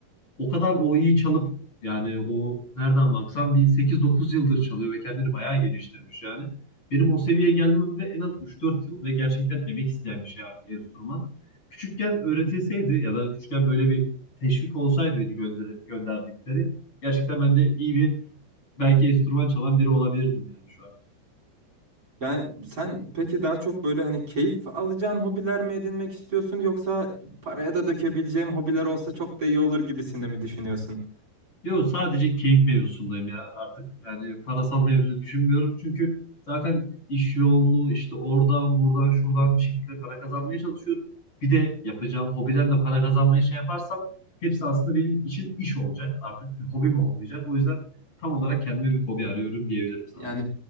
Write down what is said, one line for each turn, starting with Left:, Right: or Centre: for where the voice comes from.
Left: o kadar o iyi çalıp yani o nereden baksan bir sekiz dokuz yıldır çalıyor ve kendini bayağı geliştirmiş yani. Benim o seviyeye gelmemde en az üç dört yıl ve gerçekten emek isteyen bir şey artık enstrüman. Küçükken öğretilseydi ya da küçükken böyle bir teşvik olsaydı beni gönder gönderdikleri gerçekten ben de iyi bir belki enstrüman çalan biri olabilirdim yani şu an.
Right: Yani sen peki daha çok böyle hani keyif alacağın hobiler mi edinmek istiyorsun yoksa paraya da dökebileceğim hobiler olsa çok da iyi olur gibisinde mi düşünüyorsun?
Left: Yo sadece keyif mevzusundayım ya artık yani parasal mevzu düşünmüyorum çünkü zaten iş yoğunluğu işte oradan buradan şuradan bir şekilde para kazanmaya çalışıyorum. Bir de yapacağım hobiden de para kazanmayı şey yaparsam hepsi aslında benim için iş olacak artık bir hobim olmayacak. O yüzden tam olarak kendime bir hobi arıyorum diyebilirim sana.
Right: Yani